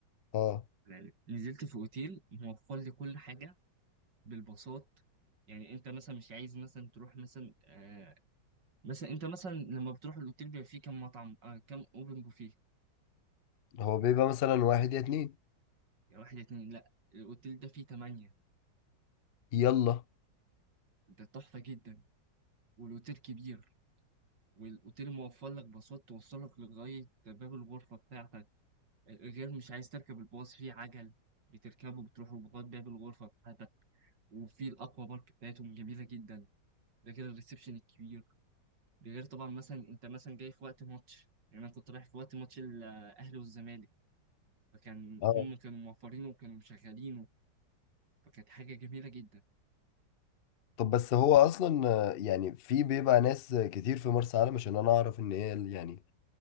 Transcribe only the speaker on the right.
يعني نزلت في أوتيل موفر لي كل حاجة بالبساط يعني أنت مثلا مش عايز مثلا تروح مثلا آه مثلا أنت مثلا لما بتروح الأوتيل بيبقى فيه كام مطعم آه كام أوبن بوفيه
يعني واحد اتنين لأ الأوتيل ده فيه تمانية
ده تحفة جدا والأوتيل كبير والأوتيل موفر لك باصات توصلك لغاية باب الغرفة بتاعتك غير مش عايز تركب الباص فيه عجل بتركبه بتروحوا لغاية باب الغرفة بتاعتك وفي الاكوا بارك بتاعتهم جميله جدا ده غير الريسبشن الكبير ده غير طبعا مثلا انت مثلا جاي في وقت ماتش يعني انا كنت رايح في وقت ماتش الاهلي والزمالك فكان
هم كانوا موفرينه وكانوا مشغلينه فكانت حاجه جميله جدا